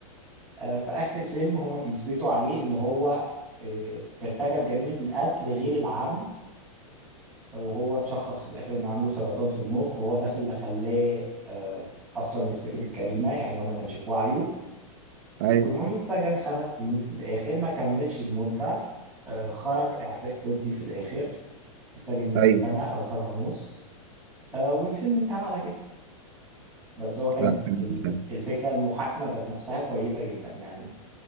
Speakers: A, in the centre; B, on the right (about 45°).
A: آه، في آخر الفيلم هما بيثبتوا عليه إن هو آه، ارتكب جريمة القتل غير العمد وهو اتشخص في الآخر إن عنده سرطان في المخ وهو ده اللي خلاه آه، أصلا يرتكب الجريمة يعني هو ما كانش في وعيه
B: ايوه
A: والمهم اتسجن خمس سنين في الآخر ما كملش المدة آه، خرج إعفاء طبي في الآخر اتسجن باين
B: ايوه
A: سنة أو سنة ونص آه، والفيلم انتهى على كده بس هو كانت
B: لا فيلم
A: ال-
B: حلو
A: الفكرة المحاكمة ذات نفسها كويسة جدا يعني